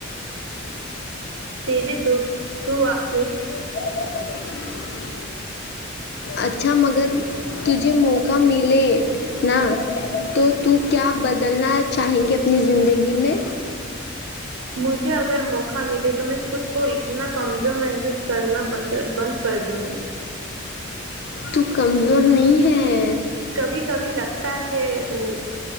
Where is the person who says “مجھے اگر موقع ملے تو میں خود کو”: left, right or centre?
Right